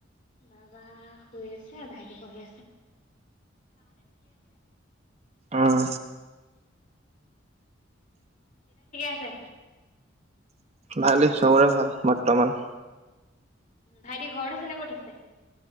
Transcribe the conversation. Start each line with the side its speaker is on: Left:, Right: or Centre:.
Left: বাবা শুই আছে ভাইটি পঢ়ি
Right: উম
Left: আছে
Right: ভালেই চবৰে ভাল বৰ্তমান
Left: ভাইটি ঘৰত আছে নে ক'ত আছে